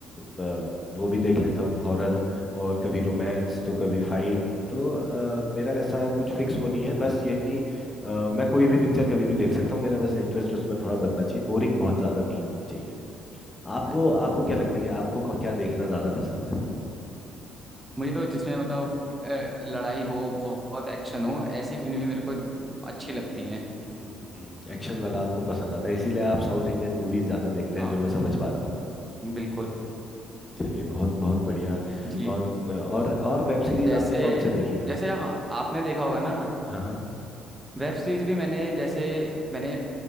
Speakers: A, on the left; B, on the right.
A: वो भी देख लेता हूँ हॉरर और कभी रोमांस तो कभी फाइट तो अ, मेरा ऐसा कुछ फिक्स वो नहीं है बस ये है कि अ, मैं कोई भी पिक्चर कभी भी देख सकता हूँ मेरा बस इंटरेस्ट उसमें थोड़ा बनना चाहिए बोरिंग बहुत ज्यादा नहीं होनी चाहिए आपको
B: अच्छा।
A: आपको क्या लगता है कि आपको क्या देखना ज्यादा पसंद है
B: मुझे तो जिसमें मतलब अ, लड़ाई हो बहुत एक्शन हो ऐसी फिल्में मेरे को अच्छी लगती हैं
A: हम्म हम्म, एक्शन वाला आपको पसंद आता है इसीलिए आप साउथ इंडियन मूवीज ज्यादा देखते
B: हाँ
A: हैं जो मैं समझ पा रहा हूँ
B: बिल्कुल
A: चलिए बहुत बहुत बढ़िया
B: जी
A: और और और वेब सीरीज
B: जैसे
A: आपने कौन से देखी है
B: जैसे हाँ आपने देखा होगा ना
A: हाँ हाँ
B: वेब सीरीज भी मैंने जैसे मैंने